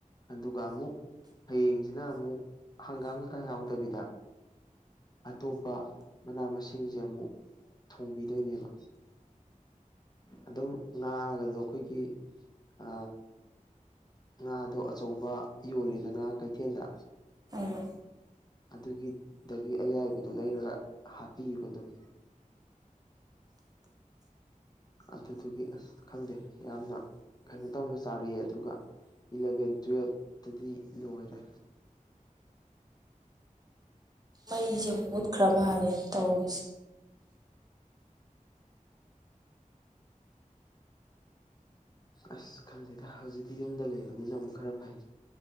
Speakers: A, on the left; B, on the right.
A: ꯑꯗꯨꯒ ꯑꯃꯨꯛ ꯍꯌꯦꯡꯁꯤꯅ ꯑꯃꯨꯛ ꯍꯪꯒꯥꯝ ꯀꯩꯀꯥ ꯌꯥꯎꯗꯕꯤꯗ ꯑꯇꯣꯞꯄ ꯃꯅꯥ ꯃꯁꯤꯡꯁꯦ ꯑꯃꯨꯛ ꯊꯣꯡꯕꯤꯗꯣꯏꯅꯦꯕ ꯑꯗꯨꯝ ꯉꯥꯛꯑꯒꯁꯨ ꯑꯩꯈꯣꯏꯒꯤ ꯑ ꯉꯥꯗꯣ ꯑꯆꯧꯕ ꯌꯣꯜꯂꯤꯗꯅ ꯀꯩꯊꯦꯜꯗ
B: ꯑ
A: ꯑꯗꯨꯒꯤ ꯗꯒꯤ ꯑꯌꯥꯏꯕꯗꯨ ꯂꯩꯔꯒ ꯍꯥꯞꯄꯤꯕ ꯑꯗꯨꯝ ꯑꯗꯨꯗꯨꯒꯤ ꯑꯁ ꯈꯪꯗꯦ ꯌꯥꯝꯅ ꯀꯩꯅꯣ ꯇꯧꯅ ꯆꯥꯔ ꯑꯗꯨꯒ ꯏꯂꯚꯦꯟ ꯇꯨꯋꯦꯜꯕꯇꯗꯤ ꯂꯣꯏꯔꯦ
B: ꯃꯩꯁꯦ ꯃꯨꯠꯈ꯭ꯔ ꯃꯥꯜꯂꯦꯅ ꯇꯧꯔꯤꯁꯦ
A: ꯑꯁ ꯈꯪꯗꯦꯗ ꯍꯧꯖꯤꯛꯇꯤ ꯌꯨꯝꯗ ꯂꯩꯕꯅꯤꯅ ꯑꯃꯨꯛ ꯈꯔ ꯐꯩ